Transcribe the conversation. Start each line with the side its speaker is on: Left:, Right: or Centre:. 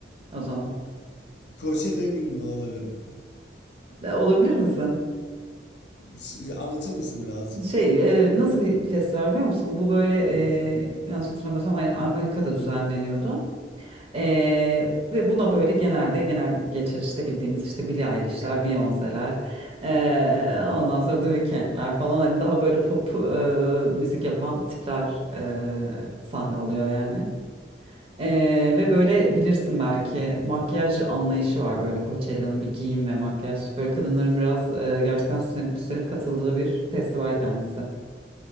Right: o zaman.
Left: Coachella'yı bilmiyor olabilirim.
Right: E, Olabilir misin?
Left: S- Anlatır mısın birazcık?
Right: Şey e, nasıl bir festival biliyor musun? Bu böyle
Left: <laughs>
Right: e, yanlış hatırlamıyorsam aynen Amerika'da düzenleniyordu. E, ve buna böyle genelde genel geçer işte bildiğimiz işte Billie Eilish'ler, Beyoncé'ler, e, ondan sonra The Weeknd'ler falan hani daha böyle pop e, müzik yapan tipler e, sahne alıyor yani. Ee, ve böyle bilirsin belki makyaj anlayışı var böyle Coachella'nın bir giyim ve makyaj. Böyle kadınların biraz e, gerçekten süslenip püslenip katıldığı bir festival kendisi.